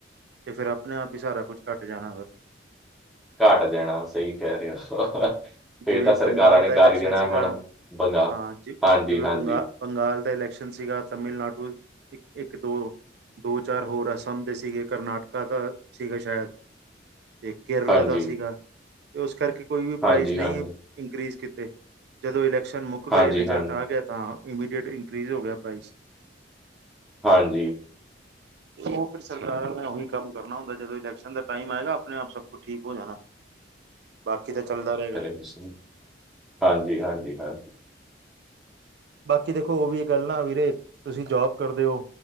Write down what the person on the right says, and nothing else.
ਤੇ ਫੇਰ ਆਪਣੇ ਆਪ ਹੀ ਸਾਰਾ ਕੁਛ ਘੱਟ ਜਾਣਾ ਫੇਰ।
ਜਿਵੇਂ
ਬੰਗਾਲ
ਦਾ
ਇਲੈਕਸ਼ਨ
ਸੀਗਾ
ਹਾਂ ਜ
ਜਿਵੇਂ
ਬੰਗਾ ਬੰਗਾਲ ਦਾ ਇਲੈਕਸ਼ਨ ਸੀਗਾ, ਤਮਿਲਨਾਡੂ ਇੱਕ-ਇੱਕ, ਦੋ ਦੋ- ਚਾਰ, ਹੋਰ ਆਸਾਮ ਦੇ ਸੀਗੇ ਕਰਨਾਟਕਾ ਦਾ ਸੀਗਾ ਸ਼ਾਇਦ ਤੇ ਕੇਰਲਾ
ਦਾ ਸੀਗਾ। ਤੇ ਉਸ ਕਰਕੇ ਕੋਈ ਵੀ
ਪ੍ਰਾਈਜ਼ ਨਹੀਂ
ਇੰਕ੍ਰੀਜ਼ ਕੀਤੇ। ਜਦੋਂ ਇਲੈਕਸ਼ਨ ਮੁੱਕ
ਗਏ, ਰਿਜ਼ਲਟ
ਆ ਗਿਆ ਤਾਂ ਇਮੀਡੇਟ ਇੰਕ੍ਰੀਜ਼ ਹੋ ਗਿਆ ਪ੍ਰਾਈਜ਼।
ਉਹ ਫਿਰ ਸਰਕਾਰਾਂ ਮੈਂ ਉਹੀ ਕੰਮ ਕਰਨਾ ਹੁੰਦਾ, ਜਦੋਂ ਇਲੈਕਸ਼ਨ ਦਾ ਟਾਈਮ ਆਏਗਾ, ਆਪਣੇ ਆਪ ਸਭ ਕੁਛ ਠੀਕ ਹੋ ਜਾਣਾ। ਬਾਕੀ ਤੇ ਚੱਲਦਾ ਰਹੇਗਾ।
ਬਾਕੀ ਦੇਖੋ, ਉਹ ਵੀ ਇਹ ਗੱਲ ਨਾ ਵੀਰੇ, ਤੁਸੀਂ ਜੋਬ ਕਰਦੇ ਹੋ,